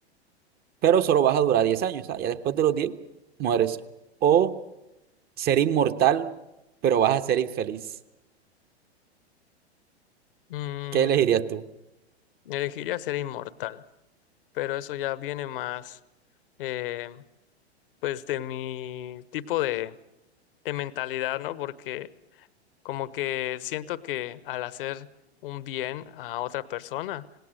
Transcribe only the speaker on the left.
Mm,
elegiría ser inmortal, pero eso ya viene más eh, pues de mi tipo de, de mentalidad, ¿no? Porque como que siento que al hacer un bien a otra persona,